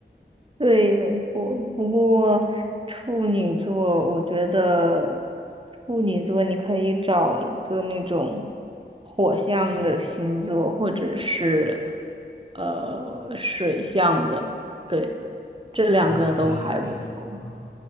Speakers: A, on the right; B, on the left.
A: 对，没错。不过处女座，我觉得处女座你可以找一个那种火象的星座，或者是呃水象的，对，这两个都还不错。
B: 有哪些可以啊、